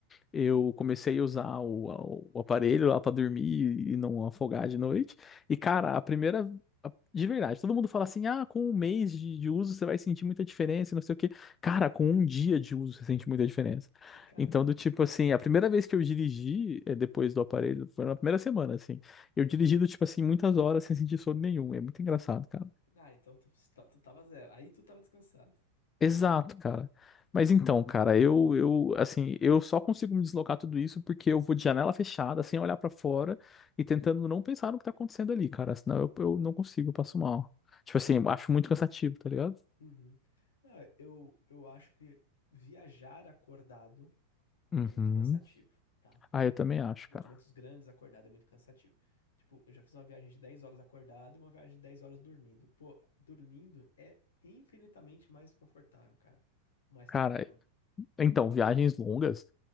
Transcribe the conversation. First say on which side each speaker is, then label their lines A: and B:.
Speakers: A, on the left; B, on the left.
A: Eu comecei a usar o, o aparelho lá pra dormir e não afogar de noite. E, cara, a primeira. a- De verdade, todo mundo fala assim: ah, com um mês de, de uso você vai sentir muita diferença, e não sei o quê. Cara, com um dia de uso você sente muita diferença.
B: Caramba.
A: Então, do tipo assim, a primeira vez que eu dirigi eh, depois do aparelho, foi na primeira semana, assim. Eu dirigi do tipo assim, muitas horas sem sentir sono nenhum. É muito engraçado, cara.
B: Ah, então tu, tá- tu tava zero. Aí tu tava descansado.
A: Exato, cara. Mas então, cara, eu, eu, assim, eu só consigo me deslocar tudo isso porque eu vou de janela fechada, sem olhar pra fora e tentando não pensar no que tá acontecendo ali, cara. Senão eu, eu não consigo, eu passo mal. Tipo assim, eu acho muito cansativo, tá ligado?
B: Uhum. Não, eu, eu acho que viajar acordado
A: Uhum.
B: é muito cansativo. tá?
A: Ah, eu também acho,
B: Locamentos
A: cara.
B: grandes, acordado é muito cansativo. Tipo, eu já fiz uma viagem de 10 horas acordado e uma viagem de 10 horas dormindo. Pô, dormindo é infinitamente mais confortável, cara. Mais
A: Cara,
B: tranquilo.
A: então, viagens longas,